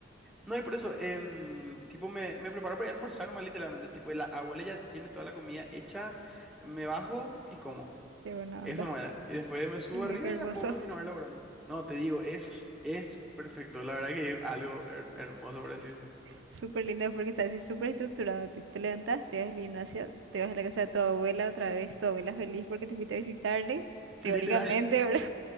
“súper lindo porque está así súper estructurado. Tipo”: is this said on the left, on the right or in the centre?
Right